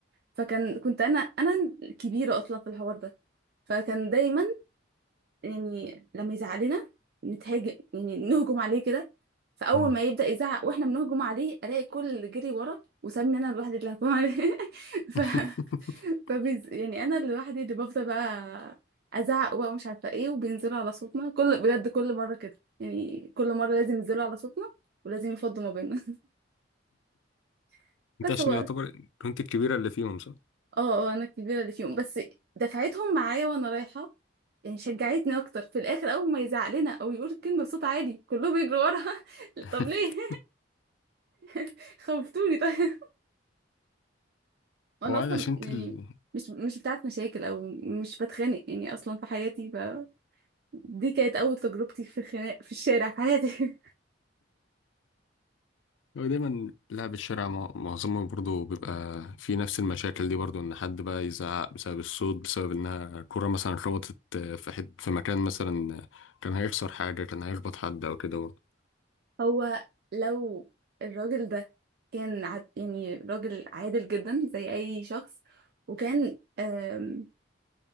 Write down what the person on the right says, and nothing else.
فكان كنت انا انا الكبيرة اصلا في الحوار ده فكان دايما يعني لما يزعلنا نتهاجم يعني نهجم عليه كده فاول
ما يبدا يزعق واحنا بنهجم عليه الاقي كل اللي جري ورا وسابني انا لوحدي اللي هجوم عليه <laughs>
ف فبيز... يعني انا لوحدي اللي بفضل بقى ازعق بقى ومش عارفه ايه وبينزلوا على صوتنا كل بجد كل مره كده يعني كل مره لازم ينزلوا على صوتنا ولازم يفضوا ما بيننا <laughs>
بس
هو اه
اه انا الكبيره اللي فيهم بس دفعتهم معايا وانا رايحه يعني شجعتني اكتر في الاخر اول ما يزعق لنا او يقول الكلمه بصوت عالي كلهم يجروا وراها <laughs>
طب ليه <laughs> خوفتوني طيب وانا
اصلا
يعني
مش مش بتاعت مشاكل او مش بتخانق يعني اصلا في حياتي ف دي كانت اول تجربتي في الخناق في الشارع في حياتي
<laughs> هو لو الراجل ده كان عد يعني راجل عادل جدا زي اي شخص وكان آم،